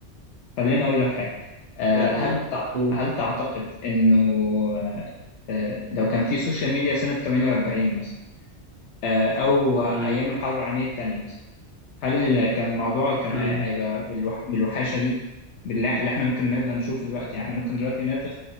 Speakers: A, on the left (about 80°); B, on the right (about 55°).
A: خليني اقول لك حاجه آه،
B: يعني
A: هل تع-
B: قول
A: هل تعتقد انه آه، آه، لو كان في سوشيال ميديا سنه 48 مثلا آه، او ايام
B: امم
A: الحرب العالميه الثانيه مثلا هل كان الموضوع كان
B: امم
A: هي- هيبقى بالوح... بالوحاشة دي بالله اللي احنا ممكن نقدر نشوفه دلوقتي احنا ممكن دلوقتي نقدر